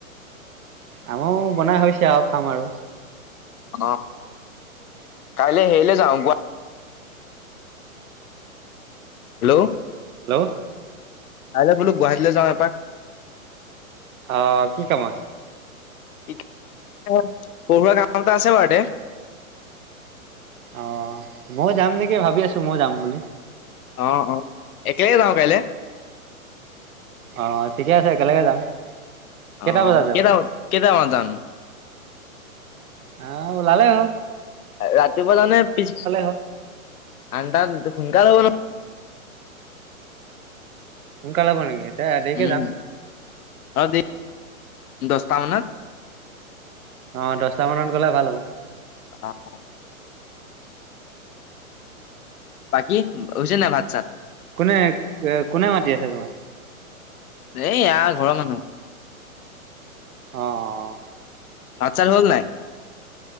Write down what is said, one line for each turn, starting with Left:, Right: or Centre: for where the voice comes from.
Right: আম‌ও বনাই হৈছে আও খাম আৰু।
Left: অ। কাইলে হেৰিলে যাওঁ, গুৱা হেল্ল,
Right: হেল্ল,
Left: কাইলৈ বোলো গুৱাহাটীলৈ যাওঁ এপাক।
Right: হ। কি কামত?
Left: কি অ, পৰোৱা কাম এটা আছে বাৰু দে।
Right: অ', মই যাম নেকি ভাবি আছো মই যাম বুলি।
Left: অ, অ। একেলগে যাওঁ কাইলে।
Right: অ, ঠিকে আছে একেলগে যাম। কেইটা
Left: অ',
Right: বজাত যাবা
Left: কেইটা -ব-কে নাজানো।
Right: অ', ওলালে
Left: ৰাতিপুৱা জানে পি,
Right: হ'ল
Left: আঠতা সোনকাল হব ন
Right: সোনকালে হ'ব নেকি? এতিয়া দেৰিকে
Left: উম,
Right: যাম
Left: অ', দে দহটা মানত।
Right: অ দহটা মানত গ'লে ভাল হ'ব।
Left: অ'। বাকী হৈছে নে নাই ভাত চাত?
Right: কোনে কোনে মাতি আছে তোমাক?
Left: এয়া ঘৰৰ মানুহ।
Right: অ-অ।
Left: ভাত চাত হ'ল নাই?